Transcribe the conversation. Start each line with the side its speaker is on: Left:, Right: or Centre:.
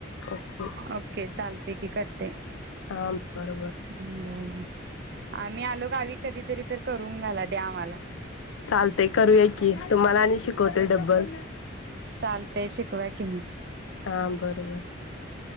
Left: ओके
Right: ओके चालते की करते.
Left: हा बरोबर
Right: बर, आम्ही आलो गावी कधीतरी तरी त करून घाला द्या आम्हाला.
Left: चालते करूया की, तुम्हाला आणि शिकवते डब्बल.
Right: चालतेय शिकवा कि मग.
Left: हां बर बर.